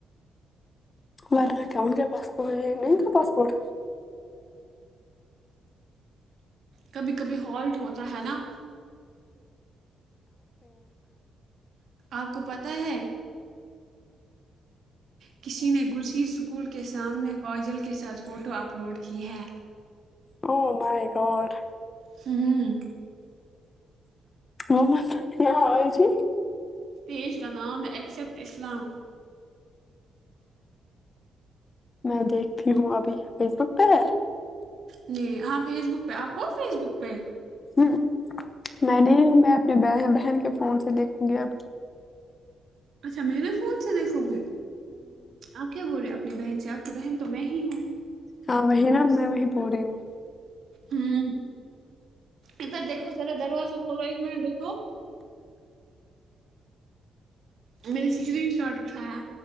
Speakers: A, on the left (about 30°); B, on the right (about 65°).
A: ورن کین کیایا پسپورٹ یہ نہیں تھا پاسپورٹ
B: کبھی کبھی ہالٹ ہوتا ہے نا آپ کو پتا ہے کسی نے گسی اسکول کے سامنے کاجل کے ساتھ فوٹو اپلوڈ کی ہے
A: او مائ گوڈ
B: ہوں
A: وہ مت یہ ائے تھی
B: پیج کا نام ایکسیپٹ اسلام
A: میں دیکھتی ہوں ابھی فیس بک پے پے
B: نہیں ہاں فیس بک پہ آپ ہو فیس بک پہ
A: امم میں نہیں ہوں میں اپنی بہن بھاںی کے فون سے دیکھوں گی اب
B: اچھا میں نے فون سے دیکھو گی آپ کیا بول رہے اپنی بہن سے آپ کی بہن تو میں ہی ہوں
A: ہاں وہی نا میں وہی بولری ہوں
B: امم ادھر دیکھو ذرا دروازہ کھولو ایک منٹ دیکھو ان میں سے اسکرین شاٹ اٹھایا